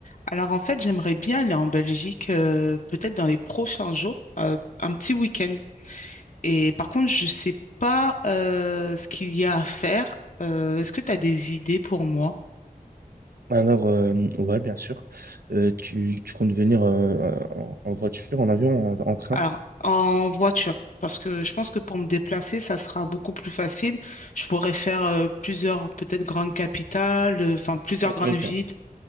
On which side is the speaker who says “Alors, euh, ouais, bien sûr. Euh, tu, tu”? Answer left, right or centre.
Right